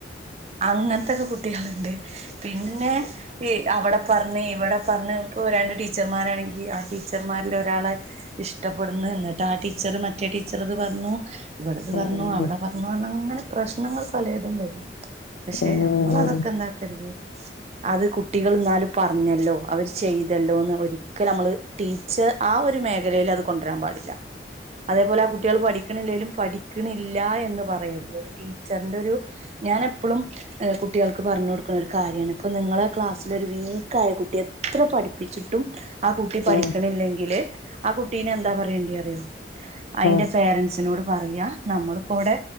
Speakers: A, on the right; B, on the left.
A: അങ്ങനത്തെക്കെ കുട്ടികളുണ്ട് പിന്നെ ഈ അവിടെ പറഞ്ഞ് ഇവിടെ പറഞ്ഞ് ഇപ്പോൾ രണ്ട് ടീച്ചർമാരാണെങ്കിൽ ആഹ് ടീച്ചർമാരിൽ ഒരാള്. ഇഷ്ടപ്പെടുന്നു എന്നിട്ട് ആ ടീച്ചർ മറ്റേ ടീച്ചർത് പറഞ്ഞു ഇവിടത്
B: ഉം
A: പറഞ്ഞു അവിടെ പ ന്ന് പറഞ്ഞ അങ്ങനെ പ്രശ്നങ്ങൾ പലതും വരും പക്ഷെ
B: ഉം
A: നമ്മൾ അതൊക്കെ എന്താക്കരുത് അത് കുട്ടികൾ എന്നാലും പറഞ്ഞല്ലോ അവര് ചെയ്തല്ലോന്ന് ഒരിക്കൽ നമ്മള് ടീച്ചർ ആഹ് ഒരു മേഖലയിൽ അത് കൊണ്ടുവരാൻ പാടില്ല അതേപോലെ ആ കുട്ടികൾ പഠി പഠിക്കണില്ലെലും പഠിക്കണില്ല എന്ന് പറയരുത് ഒരു ടീച്ചറിന്റെ ഒരു ഞാൻ എപ്പോളും കുട്ടികൾക്ക് പറഞ്ഞു കൊടുക്കുന്ന ഒരു കാര്യമാണ് ഇപ്പൊ നിങ്ങളെ ക്ലാസിൽ ഒരു വീക്ക് ആയ കുട്ടിയെ എത്ര പഠിപ്പിച്ചിട്ടും ആ കുട്ടി
B: ഉം
A: പഠിക്കണില്ലെങ്കില് ആ കുട്ടീന എന്താ പറയേണ്ടി അറിയോ അതിന്റെ
B: ആ
A: പേരൻ സിനോട് പറയാ നമ്മളിപ്പോ ഇവിടെ